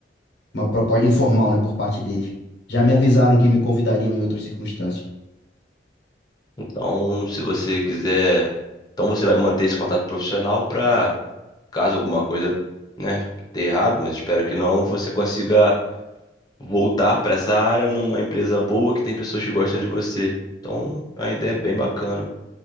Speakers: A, on the left (about 80°); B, on the left (about 20°).
A: uma proposta informal, né, por parte deles. Já me avisaram que me convidariam em outras circunstâncias.
B: Então, se você quiser. Então você vai manter esse contato profissional para caso alguma coisa, né, dê errado, mas espero que não, você consiga voltar para essa área numa empresa boa que tem pessoas que gostam de você. Então, a ideia é bem bacana.